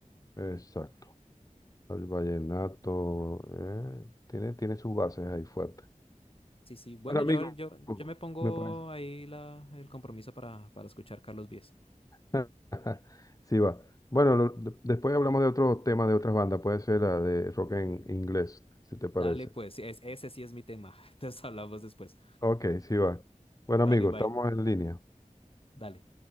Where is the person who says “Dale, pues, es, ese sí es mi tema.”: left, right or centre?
Left